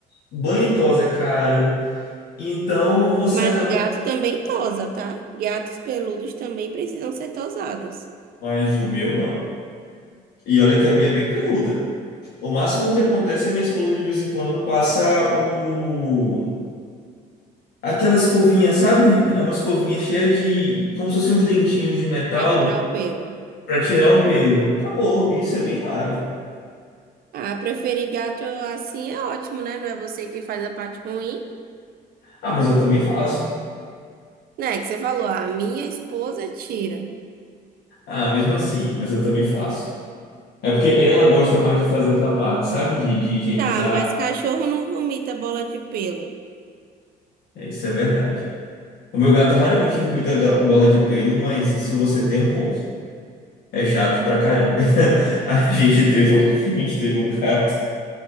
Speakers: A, on the left; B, on the right.
A: Banho e tosa é caro. Então você
B: Mas
A: acaba.
B: gato também tosa, tá? Gatos peludos também precisam ser tosados
A: Mas o meu não. E olha que a minha é bem peluda. O máximo que acontece é minha esposa de vez em quando passa o Aquela escovinha, sabe? É uma escovinha cheia de, como se fossem uns dentinhos de metal
B: para tirar o pelo.
A: pra tirar o pelo. Acabou, isso é bem raro.
B: Ah, preferir gato assim é ótimo, né? Não é você que faz a parte ruim,
A: Ah, mas eu também faço.
B: né? Que você falou, a minha esposa tira.
A: Ah, mesmo assim, mas eu também faço. É porque ela gosta mais de fazer essa parte, sabe? De, de higienizar.
B: Tá, mas cachorro não vomita bola de pelo.
A: É, isso é verdade. O meu gato raramente vomita ga- bola de pelo, mas isso você tem um ponto. É chato pra caramba. <laughs> A gente teve um, <laughs> a gente teve um gato